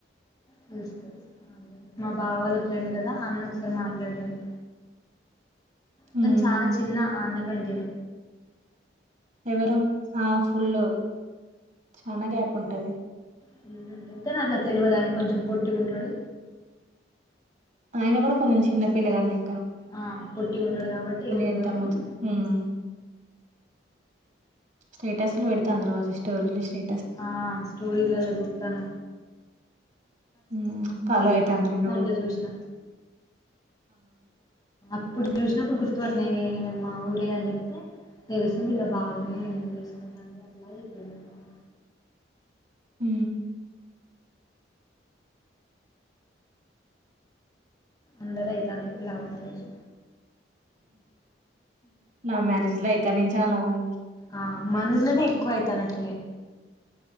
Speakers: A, on the left; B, on the right.
A: తెలుసు తెలుసు మా బావ వాళ్ళ ఫ్రెండ్ కదా అన్న ఒకసారి మాట్లాడిండు తను
B: ఉమ్,
A: చాలా చిన్న ఆ అన్నకంటె
B: ఎవరు ఆ ఫుల్ చానా గ్యాప్ ఉంటది
A: ఫుల్లు ఉంటది కానీ అట్ల తెలవదు ఆయన కొంచెం పొట్టిగుంటడు
B: ఆయన కూడా కొంచెం చిన్న పిల్లగాని లె
A: ఆ పొట్టిగ ఉంటడు కాబట్టి ఏం తెల్వదు
B: ఎంత
A: కానీ
B: ముద్దు ఉమ్ స్టేటస్లు పెడతాంది రోజు స్టోరీలు స్టే
A: ఆ స్టోరీలల్ల చూత్తాన్న
B: హ ఫాలో అయితాందా నిన్ను కూడా
A: లో చూసిన ఇప్పుడు చూసినప్పుడు గుర్తుపట్టిన ఈమె ఈమెది మా ఊరే అని చెప్తే తెలుసు వీళ్ళ బావనే చేసుకుంటాంది అట్లా చెప్పిండు మా బావ
B: ఉ
A: అందరిది ఐతాంది లవ్ మ్యారేజ్
B: లవ్ మ్యారేజ్లే అయితాన్నై చాలా మందికి
A: ఆ మన ఊర్లనే ఎక్కువ అయితానట్టున్నయి